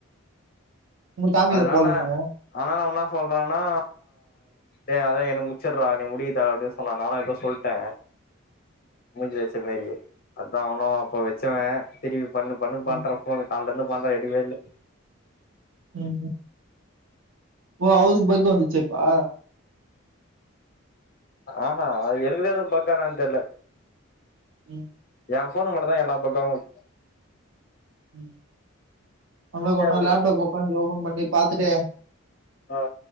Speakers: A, on the right; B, on the left.
A: உனக்கு காமிக்கல
B: அதனால
A: போலன்னு.
B: அதனால ஒன்னா சொல்றன்னா ஏ அதா எனக்கு முச்சிடுறா நீ முடிக்க தேவல்ல அப்படின்னு சொன்னா நானு ஏதோ சொல்ட்டே முஞ்ச வச்ச மாரியே அதா அவனு அப்ப வச்சவே திருப்பி பண்ணு பண்ணு பண்ற
A: ம்.
B: போனு கால இருந்து பண்ற எடுக்கவே இல்ல
A: ம் ஓதுக்கு பக் வந்துச்சேப்பா
B: ஆஹா அது எனக்குதே ஏத பக்கான அ தெல்ல
A: ம்
B: எ போன் மட்டுந்தா எல்லா பக்குமு
A: ம் நமக்கு
B: பிஸியாக
A: ஒருநாள்
B: உள்ள
A: லேப்டாப் ஒக்காந்து ஓபன் பண்ணி பாத்துட்டே
B: ஆ